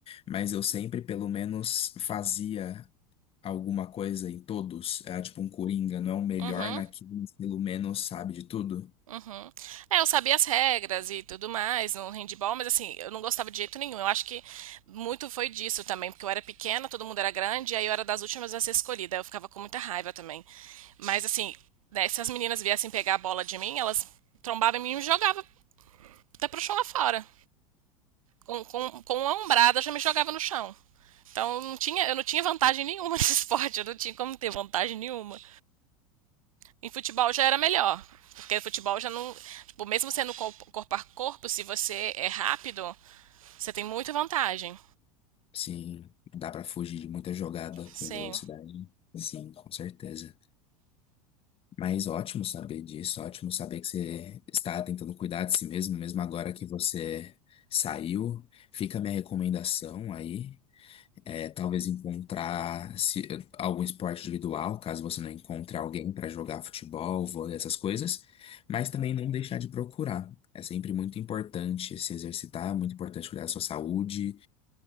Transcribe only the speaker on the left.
mas eu sempre pelo menos fazia alguma coisa em todos. É tipo um coringa, não é o melhor
naquilo, mas pelo menos sabe de tudo.
Sim, dá pra fugir de muita jogada com
velocidade. Sim, com certeza. Mas ótimo saber disso, ótimo saber que você está tentando cuidar de si mesmo, mesmo agora que você saiu. Fica a minha recomendação aí. É, talvez encontrar se- algum esporte individual, caso você não encontre alguém para jogar futebol, vôlei, essas coisas, mas também não deixar de procurar. É sempre muito importante se exercitar, é muito importante cuidar da sua saúde